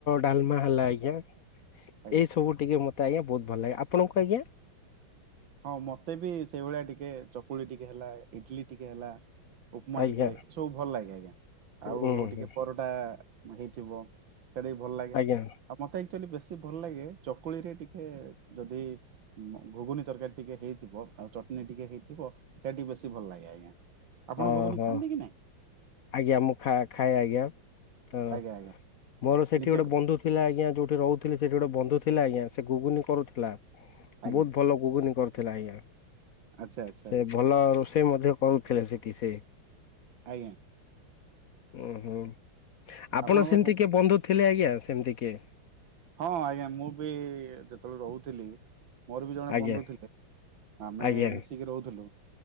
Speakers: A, on the left (about 65°); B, on the right (about 70°).
A: ଡାଲମା ହେଲା ଆଜ୍ଞା
B: ଆଜ୍ଞା।
A: ଏ ସବୁ ଟିକେ ମୋତ ତେ ଆଜ୍ଞା ବହୁତ ଭଲ ଲାଗେ। ଆପଣଙ୍କୁ ଆଜ୍ଞା?
B: ହଁ ମୋତେ ବି ସେଇ ଭଳିଆ ଟିକେ ଚକୁଳି ଟିକେ ହେଲା, ଇଟିଲି ଟିକେ ହେଲା। ଉପମା
A: ଆଜ୍ଞା
B: ଟିକେ ସବୁ ଭଲ ଲାଗେ। ଆଜ୍ଞା ଆଉ
A: ଉୁଁ
B: ଟିକେ
A: ହୁଁ
B: ପରଟା ହେଇଥିବ। ସେଟା ବି ଭଲ ଲାଗେ।
A: ଆଜ୍ଞା
B: ଆଉ ମୋତେ‌‌ ଏକ୍ଚୁଲି ବେଶୀ ଭଲ ଲାଗେ ଚକୁଳି ରେ ଟିକେ ଯଦି ଘୁଗୁନି ତରକାରୀ ଟିକେ ହେଇଥିବ, ଆଉ ଚଟଣୀ ଟିକେ ହେଇଥିବ ସେ ଟିକେ ବେଶୀ ଭଲ ଲାଗେ ଆଜ୍ଞା। ଆପଣ
A: ଓହୋ!
B: ଘୁଗୁନି ଖାଆନ୍ତି କି ନାଇଁ
A: ଆଜ୍ଞା ମୁଁ ଖା ଖାଏ ଆଜ୍ଞା ଅ,
B: ଆଜ୍ଞା ଆଜ୍ଞା
A: ମୋର ସେଠି
B: ନିଜେ
A: ଗୋଟେ
B: କ-
A: ବନ୍ଧୁ ଥିଲା ଆଜ୍ଞା। ଯୋଉଠି ରହୁ ଥିଲି ସେଠି ଗୋଟେ ବନ୍ଧୁ ଥିଲା ଆଜ୍ଞା। ସେ ଗୁଗୁନି କରୁଥିଲା।
B: ଆଜ୍ଞା
A: ବହୁତ ଭଲ ଗୁଗୁନି କରୁଥିଲା ଆଜ୍ଞା।
B: ଆଚ୍ଛା ଆଚ୍ଛା
A: ସେ ଭଲ ରୋଷେଇ ମଧ୍ୟ କରୁଥିଲେ ସେଠି ସେ।
B: ଆଜ୍ଞା
A: ଓ ହୋ, ଆପଣ
B: ଆପଣଙ୍କ
A: ସେମିତି କିଏ ବନ୍ଧୁ ଥିଲେ? ଆଜ୍ଞା ସେମିତି କିଏ?
B: ହଁ ଆଜ୍ଞା ମୁଁ ବି ଯେତେବେଳେ ରହୁଥିଲି ମୋର ବି ଜଣେ
A: ଆଜ୍ଞା
B: ବନ୍ଧୁ ଥିଲେ ଆମେ
A: ଆଜ୍ଞା
B: ମିଶିକି ରହୁଥିଲୁ।